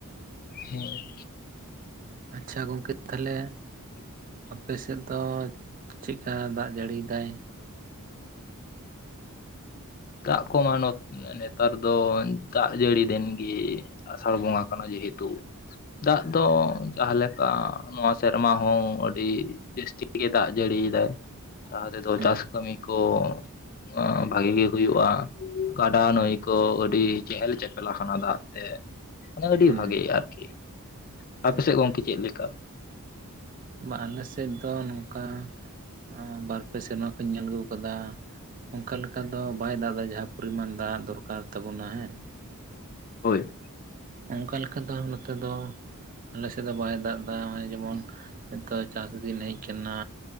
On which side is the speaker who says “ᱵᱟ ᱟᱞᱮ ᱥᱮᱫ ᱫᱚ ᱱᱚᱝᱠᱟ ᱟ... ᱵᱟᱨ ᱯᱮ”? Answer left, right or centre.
Right